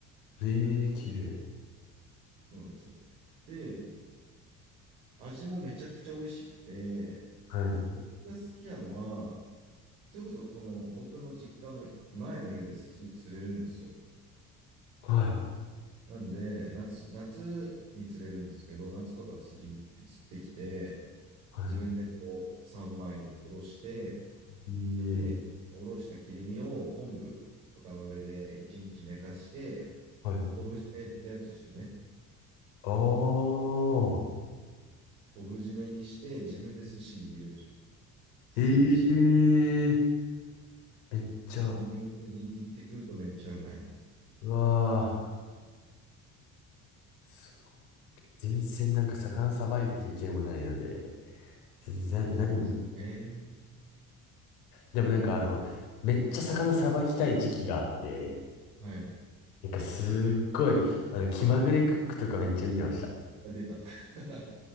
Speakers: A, on the left; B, on the right.
A: い。ええー、綺麗。
B: そうなんですよ。で、味もめちゃくちゃ美味しくて、
A: はい。
B: 僕が好きなのは、それこそこの僕の実家の前の家ですぐ釣れるんですよ。
A: はい。
B: なんで、夏、夏に釣れるんですけど、夏とか釣り行って釣ってきて、
A: はい。
B: 自分でこう三枚におろして、
A: ええー、
B: で、そのおろした切り身を昆布とかの上で一日寝かして、
A: はい。
B: 昆布締めってやつですよね。
A: ああ、
B: 昆布締めにして自分で寿司握るんですよ。酢飯。
A: ええー、めっちゃ、
B: 自分で握って食うとめっちゃうまい。
A: うわーすごい。全然なんか魚さばいた経験もないので、全然何も。
B: まあそうっすよね。
A: でもなんかあの、
B: うん。
A: めっちゃ魚さばきたい時期があって、
B: はい。
A: なんかすっごい、あの、気まぐれクックとかめっちゃ見てました。
B: あ、出た。<laughs>